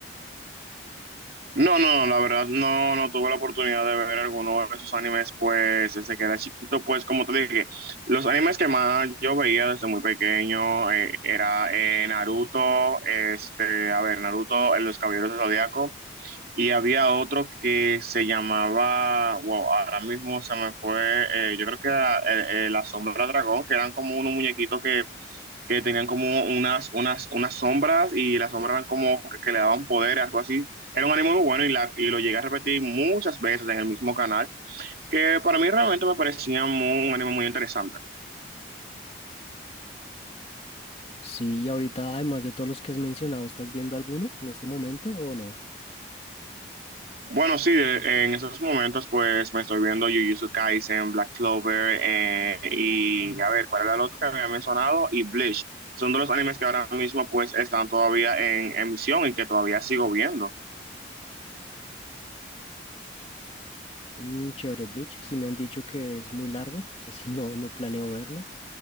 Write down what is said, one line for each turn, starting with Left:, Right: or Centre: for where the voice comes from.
Right: No, no, la verdad no, no tuve la oportunidad de ver alguno de esos animes, pues desde que era chiquito, pues como te dije, los animes que más yo veía desde muy pequeño eh, era eh, Naruto, este, a ver, Naruto, eh, Los Caballeros del Zodiaco, y había otro que se llamaba, wow, ahora mismo se me fue, eh, yo creo que era eh, eh, La Sombra Dragón, que eran como unos muñequitos que que tenían como unas, unas, unas sombras y las sombras eran como que, que le daban poder, algo así. Era un anime muy bueno y, la, y lo llegué a repetir muchas veces en el mismo canal, que para mí realmente me parecía muy- un anime muy interesante.
Left: Sí, y ahorita, además de todos los que has mencionado, ¿estás viendo alguno en este momento o no?
Right: Bueno, sí, de- en esos momentos pues me estoy viendo Jujutsu Kaisen, Black Clover eh, y a ver, ¿cuál era el otro que había mencionado? Y Bleach. Son de los animes que ahora mismo pues están todavía en emisión y que todavía sigo viendo.
Left: Mm, chévere, Bleach. Si me han dicho que es muy largo, es así, <laughs> no, no planeo verlo.